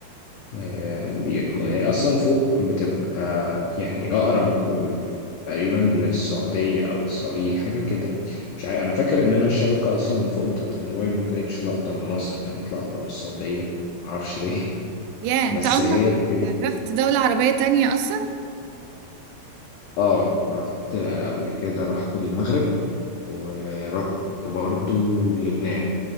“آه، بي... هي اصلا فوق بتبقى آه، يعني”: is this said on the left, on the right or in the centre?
Left